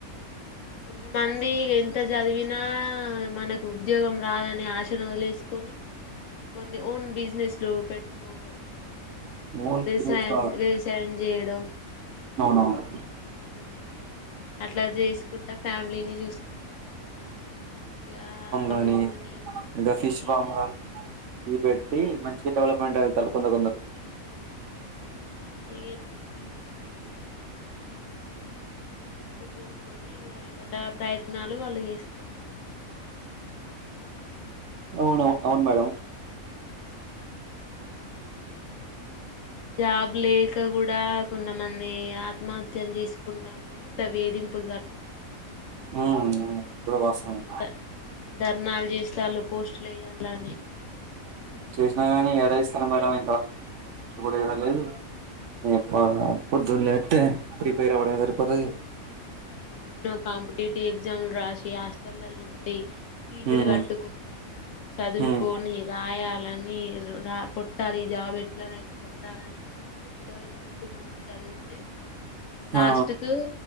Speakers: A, on the left; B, on the right.
A: కొంతమంది ఎంత చదివినా మనకు. ఉద్యోగం రాదనే ఆశను వదిలేసుకొని కొన్ని ఓన్ బిజినెస్ లో. పెట్టుకోవడం.
B: ఓన్
A: వ్యవసాయం,
B: బిజినెస్
A: వ్యవసాయం చేయడం.
B: అవునవును
A: ఉమ్, అట్లా చేసుకుంటా. ఫ్యామిలీని చూసుకుంటాను ఇగ.
B: కానీ
A: మమ్మీని మనం
B: ఈడ ఫిష్
A: ఎన్ని
B: ఫామ్
A: ఇగ
B: ఇ పెట్టి మంచి డెవలప్మెంట్ అ తలు. కొందగొందరు.
A: <inaudible> కొట్టేసుకొని ఇగా ఎ వాళ ప్రయత్నాలు వాళ్ళు చేస్త.
B: అవునువు అవును మేడం.
A: జాబ్ లేక కూడా కొంతమంది ఆత్మహత్యలు చేసుకుంటారు ఇంత వేధింపు. <inaudible>
B: హా ఇది కూడా వాస్తవమే.
A: ద ధర్నాలు చేస్త వాళ్ళు పోస్టులు వేయాలని.
B: చేసినా గాని ఎడ ఇస్తాను. మేడంమ్ ఇంత వాళ్ళకి కూర్చు కూడా ఇవ్వలేదు. ప్ప పొద్దున లేస్తే ప్రిపేర్ అవ్వడమే సరిపోద్ది.
A: ఎన్నో కాంపిటేటివ్ ఎగ్జామ్లు రాసి హాస్టలలో ఉండి. ఫీజులు
B: హ్మ్
A: కట్టుకుంటా, చదువుకొని
B: హ్మ్
A: రాయాలని రా. కొట్టాలి ఈ జాబ్ ఎట్లా కొట్టాలని ఎంతో ఇంట్రెస్ట్ గురించి చదివితే. లాస్ట్
B: ఆ
A: కు